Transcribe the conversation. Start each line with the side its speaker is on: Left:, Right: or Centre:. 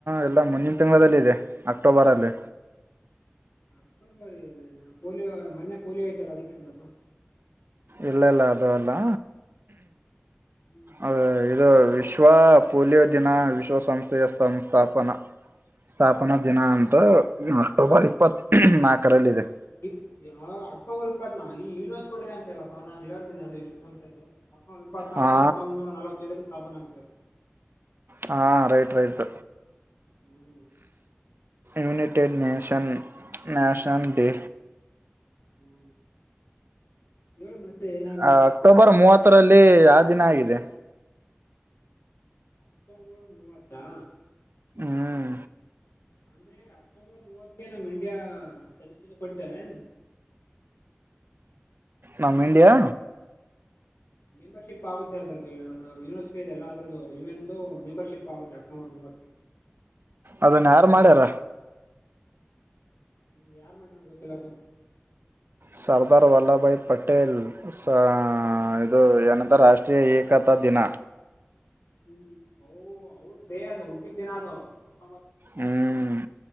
Right: ಇಲ್ಲಾ ಮುಂದಿನ ತಿಂಗಳಲ್ಲಿದೆ ಅಕ್ಟೋಬರಲ್ಲಿ
Left: ಅಕ್ಟೊಬರಾ ಇ ಪೋಲಿಯೋ ಮೊನ್ನೆ ಪೋಲಿಯೋ ಐತಾಲಾ ಅದಕ್ಕಿಂತಪ್ಪ
Right: ಇಲ್ಲಾ ಇಲ್ಲಾ ಅದು ಅಲ್ಲಾ
Left: ಹ್ಮ್
Right: ಅ ಇದು ವಿಶ್ವ ಪೋಲಿಯೋ ದಿನಾ ವಿಶ್ವಸಂಸ್ಥೆಯ ಸಂಸ್ಥಾಪನಾ. ಸ್ಥಾಪನಾ ದಿನಾ ಅಂತಾ ಅಕ್ಟೋಬರ್ ಇಪ್ಪತ್ತು ನಾಲ್ಕರಲ್ಲಿ ಇದೆ
Left: ಇ ಯಾವ ಅಕ್ಟೋಬರ್ ನಾ ಯುವಿನಸ್ ಕೋಡೆ ಅಂತಲ್ಲಪ್ಪಾ ನಾನು ಹೇಳ್ತೇನಿ ಅದು ಇಷ್ಟು ಸಂಸ್ಥೆದು ಅಕ್ಟೋಬರ್ ಇಪ್ಪತ್ ನಾಲ್ಕುಹತ್ತೊಂಬತನೂರಾ
Right: ಹಾ
Left: ನಲವತ್ತೈದರಲ್ಲಿ ಸ್ಥಾಪನೆ ಆಗಿದೇ
Right: ಹಾ ರೈಟ್ ರೈಟ್
Left: ಹ್ಮ್
Right: ಯುನೈಟೆಡ್ ನೇಷನ್ ನ್ಯಾಷನಲ್ ಡೇ
Left: ಹುಂ ಹೇಳ ಮತ್ತೆ ಏನಾದ್ರೂ
Right: ಆ ಅಕ್ಟೋಬರ್ ಮೂವತ್ತರಲ್ಲಿ ಯಾ ದಿನಾ ಆಗಿದೆ
Left: ಅಕ್ಟೋಬರ್ ಮೂವತ್ತಾ
Right: ಹುಂ
Left: ಅಂದ್ರೆ ಅಕ್ಟೋಬರ್ ಮೂವತ್ತ ನಮ್ ಇಂಡಿಯಾ <unintelligible> ಕೊಡ್ತೇವೆ
Right: ನಮ್ಮ ಇಂಡಿಯಾ
Left: ಮೆಂಬರ್ಶಿಪ್ ಆಗುತ್ತೆ ಅ ಸರ್ ಅದು ಯನ ಎಲ್ಲ ಅದ್ರೂ ಇ ಎನ್ ಮೆಂಬರ್ಶಿಪ್ ಆಗುತ್ತೆ ಅಕ್ಟೋರ್ ಮೂವತ್ತು
Right: ಅದನ್ನ ಯಾರು ಮಾಡ್ಯಾರ
Left: ನೀ್ ಯಾರ್ ಮಾಡಣ ಗೊತ್ತಿಲ್ಲಪ್ಪ
Right: ಸರ್ದಾರ್ ವಲ್ಲಲಭ ಬಾಯ್ ಪಟೇಲ್ ಸ ಇದು ಏನಂತ ರಾಷ್ಟ್ರೀಯ ಏಕತಾ ದಿನ
Left: ಹ್ಮ ಅವ ಡೇ ಅದು ಹುಟ್ಟಿದ್ದೇನ ಅದು ಅಪ್ಪ
Right: ಹ್ಮ್